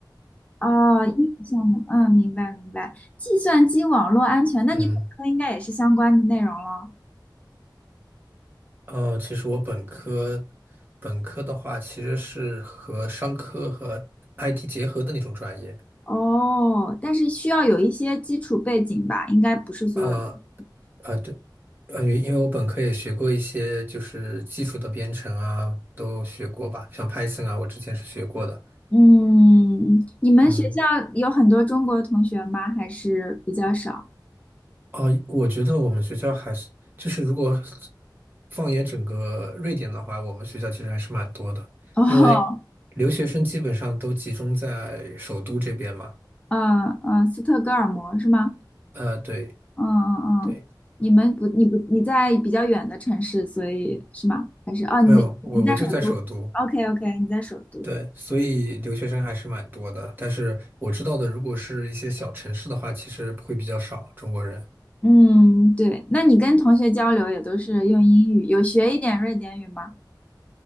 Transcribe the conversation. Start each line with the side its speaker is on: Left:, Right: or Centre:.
Left: 哦，英语项目，嗯，明白明白。计算机网络安全，那你本科应该也是相关的内容了。
Right: 嗯。呃，其实我本科，本科的话其实是和商科和 IT 结合的那种专业。
Left: 哦，但是需要有一些基础背景吧，应该不是所有女生。
Right: 呃呃，对，呃，因为我本科也学过一些就是基础的编程啊，都学过吧，像 Python 啊，我之前是学过的。
Left: 嗯，你们学校有很多中国同学吗？
Right: 嗯，
Left: 还是比较少？
Right: 哦，我觉得我们学校还是，就是如果放眼整个瑞典的话，我们学校其实还是蛮多的，
Left: <laughs> 哦，
Right: 因为留学生基本上都集中在首都这边嘛。
Left: 嗯嗯，斯特哥尔摩是吗？
Right: 呃，对。
Left: 嗯嗯嗯，
Right: 对。
Left: 你们不，你不，你在比较远的城市，所以是吗？还是哦，你在你在首都？OK
Right: 没有，我我就在首都，
Left: OK，你在首都。
Right: 对，所以留学生还是蛮多的。但是我知道的，如果是一些小城市的话，其实会比较少中国人。
Left: 嗯，对，那你跟同学交流也都是用英语，有学一点瑞典语吗？